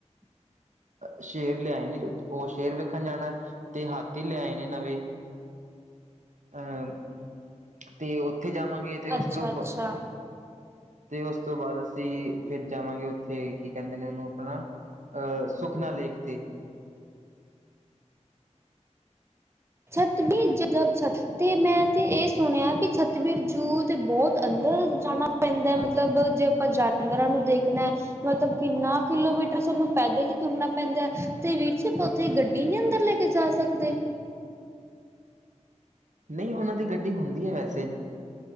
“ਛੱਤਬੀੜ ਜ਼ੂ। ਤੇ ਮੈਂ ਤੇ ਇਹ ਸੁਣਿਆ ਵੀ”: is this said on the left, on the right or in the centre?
Right